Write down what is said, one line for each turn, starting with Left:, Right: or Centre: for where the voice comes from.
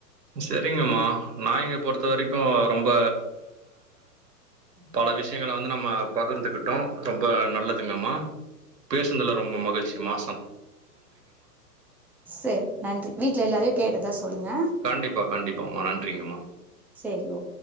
Right: சரிங்கம்மா நாய்ங்க பொறுத்த வரைக்கும் ரொம்ப பல விஷயங்களா வந்து நம்ம பகிர்ந்துகிட்டோம் ரொம்ப நல்லதுங்கம்மா பேசுன்துல ரொம்ப மகிழ்ச்சிமா
Centre: சரி நன்றி வீட்ல எல்லாரையும் கேட்டதா சொல்லுங்க
Right: கண்டிப்பா கண்டிப்பாமா நன்றிங்கம்மா
Centre: சரி ஓ